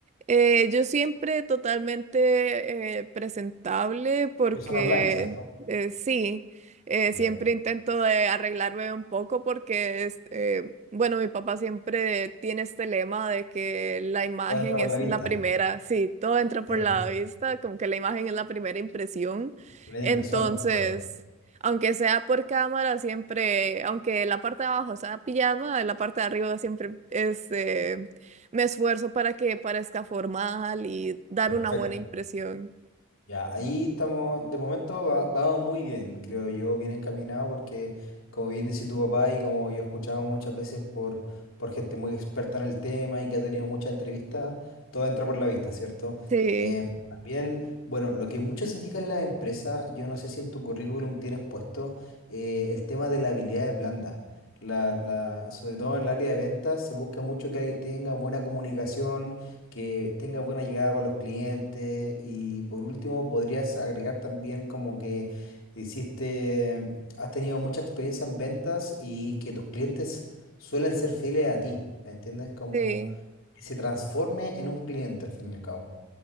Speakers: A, on the right; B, on the left.
A: Eh, yo siempre totalmente eh, presentable porque
B: Porque son online, ¿cierto?
A: eh, sí, eh,
B: Ya.
A: siempre intento de arreglarme un poco porque es, eh, bueno, mi papá siempre tiene este lema de que la imagen
B: Todo entra por
A: es
B: la vista.
A: la primera, sí, todo entra por
B: Sí,
A: la vista, como que la imagen es la primera impresión.
B: me
A: Entonces,
B: da impresión, concuerdo.
A: aunque sea por cámara, siempre, aunque la parte de abajo sea pijama, la parte de arriba siempre es... eh, me esfuerzo para que parezca formal y dar
B: Perfecto.
A: una buena impresión.
B: Ya, ahí estamos, de momento va, vamos muy bien, creo yo, bien encaminado porque como bien decía tu papá y como yo he escuchado muchas veces por, por gente muy experta en el tema y que ha tenido muchas entrevistas, todo entra por la vista, ¿cierto?
A: Sí,
B: Eh, Ujú. también, bueno, lo que mucho se fija en la empresa, yo no sé si en tu currículum tienes puesto eh, el tema de las habilidades blandas. La, la, sobre todo en el área de ventas se busca mucho que alguien tenga buena comunicación que tenga buena llegada con los clientes y por último podrías agregar también como que hiciste, has tenido mucha experiencia en ventas y que tus clientes suelen ser fieles a ti, ¿me entiendes? Como
A: sí,
B: que se transforme en un cliente al fin y al cabo.